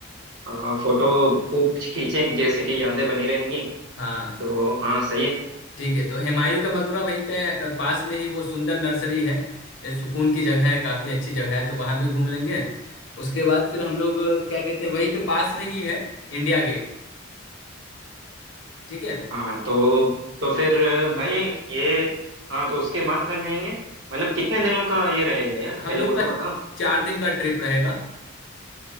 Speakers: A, on the right (about 65°); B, on the left (about 70°).
A: आ, फोटो खूब खींचे जैसे कि यादें बनी रहेंगी
B: हाँ
A: तो हाँ सही है
B: ठीक है तो हुमायूं का मकबरा वहीं पे अ, पास में ही वो सुंदर नर्सरी है ये सुकून की जगह है काफी अच्छी जगह है तो वहां भी घूम लेंगे उसके बाद फिर हम लोग अ, क्या कहते हैं वहीं पे पास में ही है इंडिया गेट ठीक है
A: हाँ तो तो फिर भाई ये हाँ तो उसके बाद कहाँ जाएंगे मतलब कितने दिनों का ये रहेगा यार पहले
B: हम लोग
A: वो
B: का
A: तो बताओ
B: चार दिन का ट्रिप रहेगा